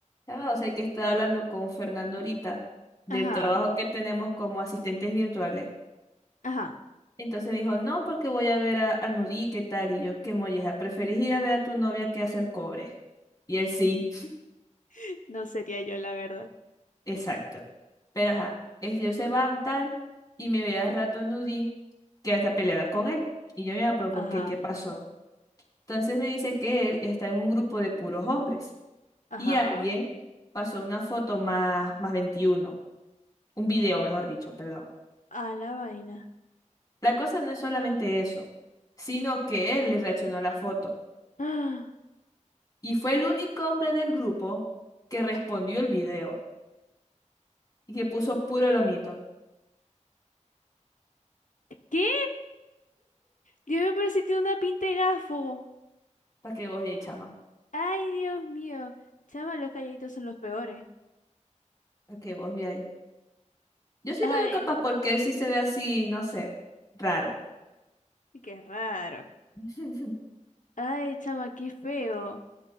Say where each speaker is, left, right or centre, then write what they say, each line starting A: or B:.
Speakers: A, on the left; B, on the left.
A: Ah, o sea que estaba hablando con Fernando ahorita del
B: Ajá,
A: trabajo que tenemos como asistentes virtuales.
B: ajá.
A: Entonces me dijo, no, porque voy a ver a, a Nuri, ¿qué tal? Y yo, qué molleja, ¿preferís ir a ver a tu novia que hacer cobre? Y él sí,
B: <laughs> No sería yo, la verdad.
A: <laughs> exacto. Pero ajá, es- ellos se van tal y me ve al rato a Nuri que está peleada con él. Y yo me va, pero
B: Ajá,
A: ¿por qué? ¿Qué pasó? Entonces me dice que él está en un grupo de puros hombres
B: ajá.
A: y alguien pasó una foto más, más 21, un video, mejor dicho, perdón.
B: A la vaina.
A: La cosa no es solamente eso, sino que él le reaccionó a la foto
B: ¡Ah!
A: y fue el único hombre del grupo que respondió el video y que puso puro lomito.
B: ¿Qué? Dios mío, pero si tiene una pinta de gafo.
A: Para que vos veáis, chama,
B: Ay, Dios mío. Chama, los calladitos son los peores.
A: para que vos veáis. Yo sí
B: Ay,
A: lo veo capaz porque él sí se ve así, no sé, raro.
B: qué raro.
A: <laughs> Entonces
B: Ay, chama, qué feo.